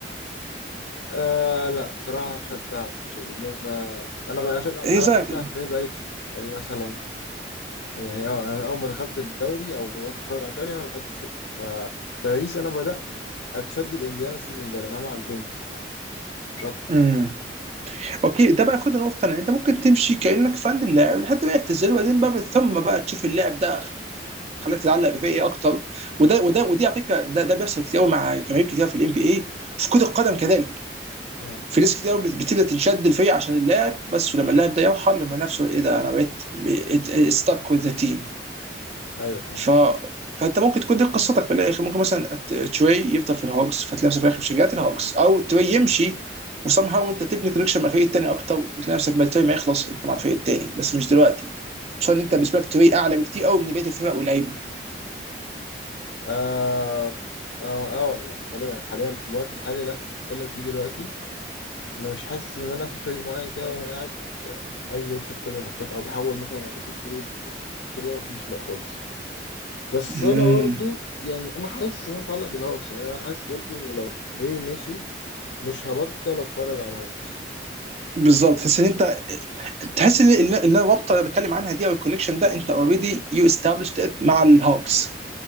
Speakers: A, on the left; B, on the right.
A: آه لا صراحة هشجع تري لأن آه، أنا بقى أشجع
B: ايه
A: أنا بشجع
B: رايك؟
A: التري بقالي كتير بقالي مثلا يعني أه أنا من أول ما دخلت الدوري أو بدأت أتفرج على الدوري أنا بحب التري فتاريس أنا بدأت أتشد الإنديانا السيزون ده لأن هم عاجبني الصراحة مش أكتر
B: امم اوكي ده بقى ياخدنا نقطه ثانيه انت ممكن تمشي كانك فان اللاعب لحد ما يعتزل وبعدين بقى من ثم بقى تشوف اللاعب ده خلاك تتعلق بيه ايه اكتر وده وده ودي على فكره ده ده بيحصل كتير قوي مع جماهير كتير في الام بي اي في كره القدم كذلك
A: مم.
B: في ناس كتير قوي بتبدا تنشد الفريق عشان اللاعب بس ولما اللاعب ده يرحل لما نفسه ايه ده انا بقيت ستاك وذ ذا تيم
A: أيوه فاهم
B: ف فانت ممكن تكون دي قصتك في الاخر ممكن مثلا ت- تري يفضل في الهوكس فتلاقي نفسك في الاخر في شجاعه الهوكس او تري يمشي وسام هاو انت تبني كونكشن مع الفريق التاني اكتر وتلاقي نفسك بعد تري ما يخلص انت مع الفريق التاني بس مش دلوقتي خصوصا ان انت
A: مم.
B: بالنسبه لك تري اعلى بكتير قوي من بقيه الفرق واللعيبه
A: آه أه أه يعني غالبا حاليا في الوقت الحالي اللي إحنا بنتكلم فيه دلوقتي مش حاسس إن أنا في فريق معين كده وأنا قاعد عايزه يكسب كل الماتشات أو بحاول مثلا أعمل له تريد كده مفيش لا خالص بس
B: امم
A: انا برضو يعني انا حاسس ان انا متعلق بالهوكس يعني انا حاسس برضو ان لو تري مشي مش هبطل اتفرج على الهوكس
B: بالظبط تحس ان انت تحس ان ان إن الرابطه اللي بتكلم عنها دي او الكونكشن ده انت اوريدي يو استابلشت مع الهوكس